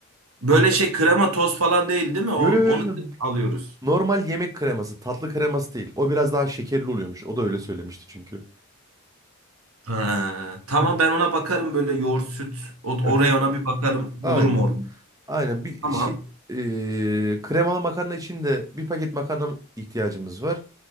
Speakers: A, on the right; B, on the right.
A: böyle şey krema toz falan değil değil mi? O,
B: Yo yo
A: onu
B: yo. yo.
A: direkt alıyoruz.
B: Normal yemek kreması. Tatlı kreması değil. O biraz daha şekerli oluyormuş. O da öyle söylemişti çünkü.
A: Ha, tamam
B: Hı hı.
A: ben ona bakarım böyle yoğurt süt. O, oraya
B: Aha,
A: ona bir bakarım. Bulurum
B: Aynen.
A: orada.
B: Aynen. Bir
A: Tamam.
B: şey, ee, kremalı makarna için de bir paket makarna ihtiyacımız var.